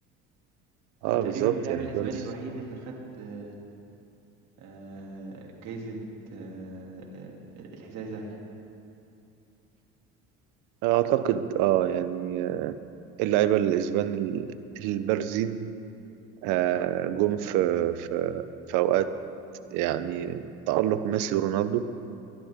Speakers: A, on the right; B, on the right.
A: اه
B: هو تقريبا
A: بالظبط
B: اللاعب
A: يعني
B: الإسباني
A: تونس
B: الوحيد اللي خد آه، آه، جايزة آه، آه، الحذاء الذهبي
A: اعتقد اه يعني اللعيبة الإسبان ال- البارزين آه، جم في في في أوقات يعني تألق ميسي ورونالدو